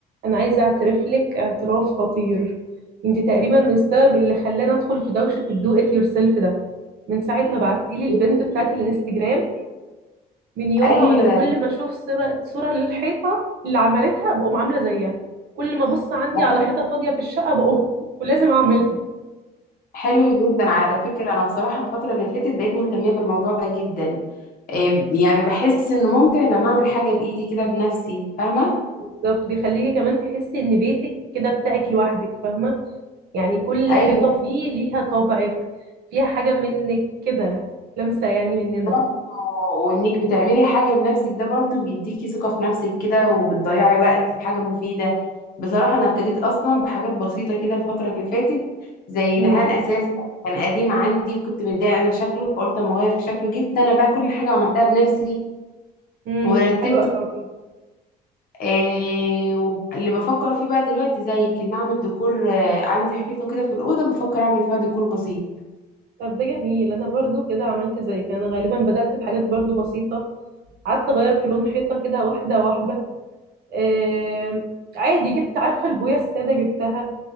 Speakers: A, on the right; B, on the left.
A: انا عايزه اعترف لك اعتراف خطير انت تقريبا من السبب اللي خلاني ادخل في دوشه الدو ات يور سيلف ده من ساعه ما بعتي لي البنت
B: إيه ده؟
A: بتاعت الانستجرام من يومها
B: ايوه
A: وانا كل ما اشوف صوره صوره للحيطه اللي عملتها بقوم عامله زيها كل ما ابص عندي
B: ده
A: على
B: حلو
A: حيطه فاضيه في الشقه بقوم <laughs> ولازم اعملها
B: حلو جدا على فكره انا بصراحه الفتره اللي فاتت بقيت مهتميه بالموضوع ده جدا إيه يعني بحس انه ممتع لما اعمل حاجه بايدي كده بنفسي فاهمه
A: بالظبط بيخليكي كمان تحسي ان بيتك كده بتاعك لوحدك فاهمه يعني كل
B: ايوه
A: حيطه فيه ليها طابعك فيها حاجه منك كده لمسه يعني مننا
B: برضه وانك بتعملي حاجه بنفسك ده برضه بيديكي ثقه في نفسك كده وبتضيعي وقت في حاجه مفيده بصراحه انا ابتديت اصلا بحاجات بسيطه كده الفتره اللي فاتت زي
A: امم
B: دهان اساس كان قديم عندي وكنت متضايقه من شكله فقلت اما اغير في شكله جبت انا بقى كل حاجه عملتها بنفسي
A: امم
B: ورتبت
A: حلوه قوي
B: آه واللي بفكر فيه بقى دلوقتي زيك ان اعمل ديكور آه عندي حيطه كده في الاوضه بفكر اعمل فيها ديكور بسيط
A: طب ده جميل انا برضو كده عملت زي كان غالبا بدأت بحاجات برضو بسيطة قعدت اغير في لون حيطة كده واحدة واحدة آم، عادي جبت عارفة البوية السادة جبتها